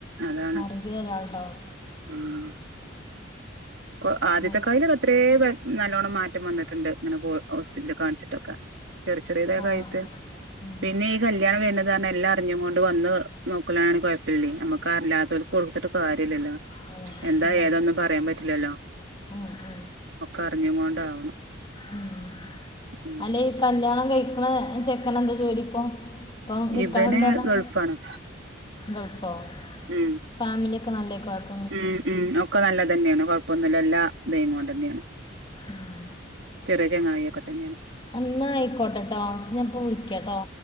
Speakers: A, on the right; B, on the left.
A: അതാണ്
B: ആരെങ്കിലും ഒരാള്ണ്ടാവും
A: ഉം കോ ആദ്യത്തെ
B: ഉം.
A: കായില് എത്രയെ ബേ നല്ലോണം മാറ്റം വന്നിട്ടുണ്ട് ഇങ്ങനെ പോ ഹോസ്പിറ്റലി കാണിച്ചിട്ടൊക്കെ ചെറി ചെറിയതൊക്കെ
B: ആ
A: ആയിട്ട്
B: ഉം
A: പിന്നെ ഈ കൽ കല്യാണം വെര്ണത് പറഞ്ഞാ എല്ലാം അറിഞ്ഞും കൊണ്ട് വന്ന് നോക്കലാണ് കൊയപ്പില്ലേ നമ്മക്ക് അല്ലാത്തോർക്ക് കൊടുത്തിട്ട് കാര്യല്ലല്ലോ.
B: ആ
A: എന്താ
B: ശരിയാ
A: ഏതാന്ന് പറയാ പറ്റ് റ്റില്ലല്ലോ
B: ആ ആ
A: ഒക്കെ അറിഞ്ഞു കൊണ്ടാവണം.
B: ഉം,
A: ഉം
B: അല്ലെ ഈ കല്യാണം കഴിക്കണ ചെക്കനെന്താ ജോലി ഇപ്പം? ഇപ്പം നിക്കാഹ്
A: ഇബന്
B: ഇണ്ട് പർഞ്ഞെ
A: ഗൾഫാണ്
B: ഗൾഫോ?
A: ഉം
B: ഫാമിലി ഒക്കെ നല്ലേ <unintelligible>
A: ഉം ഉം ഒക്കെ നല്ലതന്നെയാണ് കൊഴപ്പൊന്നുല്ല എല്ലാതായി കൊണ്ടെന്നെയാണ്.
B: ഉം
A: ചെറിയ ചെങ്ങായി ഒക്ക തന്നെയണ്.
B: അന്നാ ആയിക്കോട്ടെട്ടോ ഞാൻപ്പോ വിളിക്കാട്ടോ.